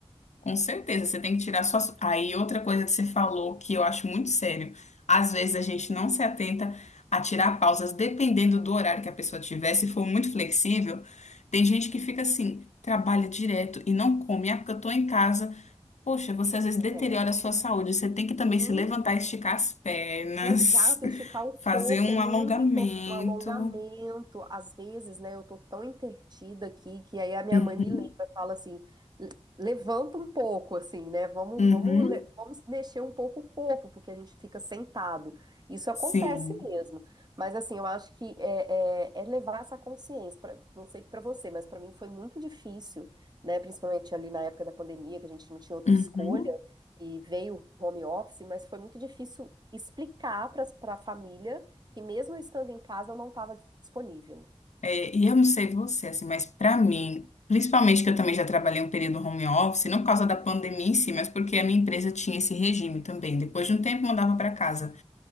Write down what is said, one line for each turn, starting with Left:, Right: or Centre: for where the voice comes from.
Left: Com certeza, você tem que tirar suas. Aí, outra coisa que você falou que eu acho muito sério. Às vezes a gente não se atenta a tirar pausas, dependendo do horário que a pessoa tiver. Se for muito flexível, tem gente que fica assim, trabalha direto e não come. Ah, porque eu tô em casa. Poxa, você às vezes deteriora
Right: É.
Left: a sua saúde. Você tem que também
Right: Sim,
Left: se levantar, esticar as pernas,
Right: Exato, esticar
Left: <laughs>
Right: o
Left: fazer
Right: corpo
Left: um
Right: é muito
Left: alongamento.
Right: importante, um alongamento. Às vezes, né, eu tô tão entretida aqui que aí a minha
Left: Uhum,
Right: mãe me lembra, fala assim, "Le- levanta um pouco, assim, né? Vamos,
Left: uhum,
Right: vamos, le- vamos mexer um pouco o corpo, porque a gente fica sentado. Isso acontece
Left: sim.
Right: mesmo. Mas assim, eu acho que é, é- é levar essa consciência. pra- não sei pra você, mas pra mim foi muito difícil, né? Principalmente ali na época da pandemia, que a gente não tinha outra
Left: Uhum.
Right: escolha e veio home office, mas foi muito difícil explicar para a família que mesmo eu estando em casa eu não estava disponível.
Left: É, e eu não sei você, assim, mas pra mim, principalmente que eu também já trabalhei um período home office, não por causa da pandemia em si, mas porque a minha empresa tinha esse regime também. Depois de um tempo, mandava pra casa.